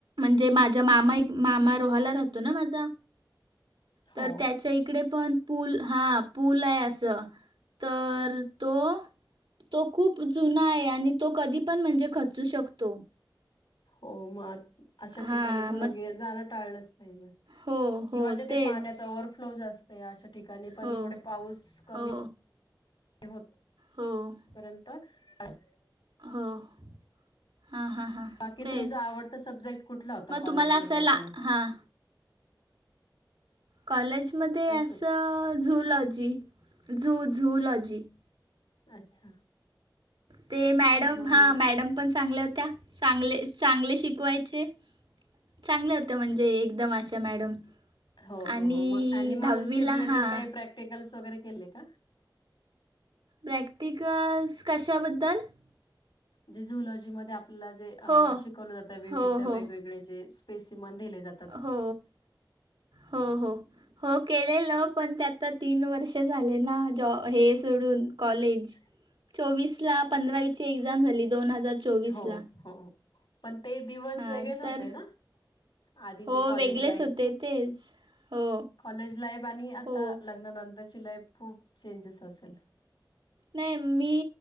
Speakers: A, on the right (about 85°); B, on the left (about 85°).
A: जे माझ्या मामा <unintelligible> मामा रोहाला राहतो ना माझा.
B: हो
A: तर त्याच्या इकडे पण <unintelligible> पूल हां पूल आहे असं तर तो <unintelligible> तो खूप जुना आहे. आणि तो कधी पण म्हणजे खचू शकतो. <unintelligible>
B: हो म <unintelligible> अशा
A: हां,
B: ठिकाणी थोडे
A: मग
B: जाणं टाळलंच पाहिजे.
A: हो,
B: किंवा
A: हो,
B: जेथे
A: तेच.
B: पाण्याचा ओव्हरफ्लो जास्त अशा ठिकाणी पण
A: हो,
B: थोडे पाऊस कमी
A: हो,
B: होत <unintelligible>
A: हो <unintelligible>
B: पर्यंत <unintelligible>
A: हो <unintelligible> हां, हां, हां,
B: बाकी
A: तेच.
B: तुमचा आवडता सब्जेक्ट कुठला होता
A: मग
B: कॉलेजमध्ये
A: तुम्हाला असं
B: असताना.
A: ला
B: <unintelligible>
A: हां,
B: ह <inaudible> <unintelligible>
A: कॉलेजमध्ये असं
B: सब्
A: झुलॉजी झू झुलॉजी. <unintelligible>
B: अच्छा. <unintelligible>
A: ते मॅडम
B: मग
A: हा मॅडम पण चांगल्या होत्या चांगले चांगले शिकवायचे <unintelligible> चांगल्या होते्या म्हणजे एकदम अशा मॅडम <unintelligible>
B: हो हो
A: आणि
B: हो मग अॅनिमल्सशी
A: दहावीला
B: रिलेटेड
A: हा
B: काही
A: <unintelligible>
B: प्रॅक्टिकल्स वगैरे केले का <unintelligible>
A: प्रॅक्टिकस कशाबद्दल <unintelligible>
B: जे झुलॉजी मध्ये आपल्याला जे
A: हो
B: शिकवलं जातं विविध
A: हो हो
B: वेगवेगळे जे <unintelligible> पेसेमाण दिले जात <unintelligible>
A: हो हो हो हो केलेलं पण ते आता तीन वर्ष झाले ना जॉ हे सोडून कॉलेज.
B: <inaudible>
A: चोवीस ला पंधरावीची एक्झाम झाली दोन हजार चोवीसला
B: हो हो पण ते दिवस
A: हां
B: वेगळेच होते
A: तर
B: ना आधीचे
A: हो
B: कॉलेज
A: वेगळेच
B: लाईफ
A: होते तेच हो
B: कॉलेज लाईफ आणि आता
A: हो
B: लग्नानंतरची लाईफ खूप चेंजेस असेल.
A: नाही मी